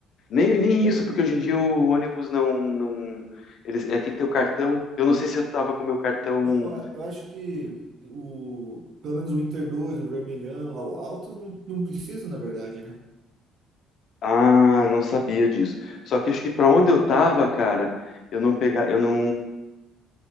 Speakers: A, on the left (about 45°); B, on the right (about 45°).
A: Nem, nem isso, porque hoje em dia o ônibus não, não, eles, é, tem que ter o cartão. Eu não sei se eu tava com o meu cartão
B: Não, eu eu acho que o, pelo menos o Inter 2 o Vermelhão, o Altos não, não precisa, na verdade, né?
A: Ah, não sabia disso. Só que acho que para onde eu tava, cara, eu não pegar, eu não,